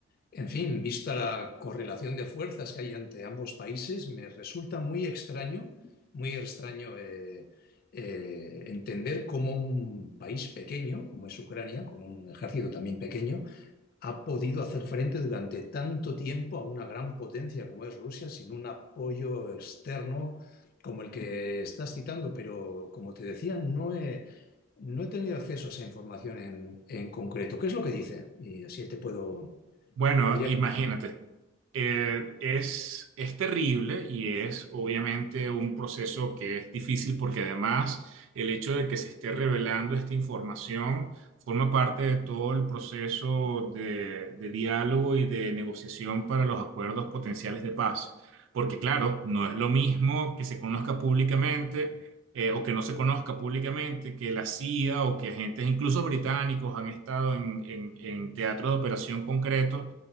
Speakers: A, on the left (about 50°); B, on the right (about 80°).
A: en fin, vista la correlación de fuerzas que hay ante ambos países, me resulta muy extraño, muy extraño eh, eh, entender cómo un país pequeño, como es Ucrania, con un ejército también pequeño, ha podido hacer frente durante tanto tiempo a una gran potencia como es Rusia sin un apoyo externo como el que estás citando, pero como te decía, no he, no he tenido acceso a esa información en, en concreto. ¿Qué es lo que dice? Y así te puedo,
B: Bueno,
A: podría,
B: imagínate, eh, es, es terrible y es obviamente un proceso que es difícil porque además el hecho de que se esté revelando esta información forma parte de todo el proceso de, de diálogo y de negociación para los acuerdos potenciales de paz. Porque claro, no es lo mismo que se conozca públicamente eh, o que no se conozca públicamente, que la CIA o que agentes, incluso británicos, han estado en, en- en teatros de operación concretos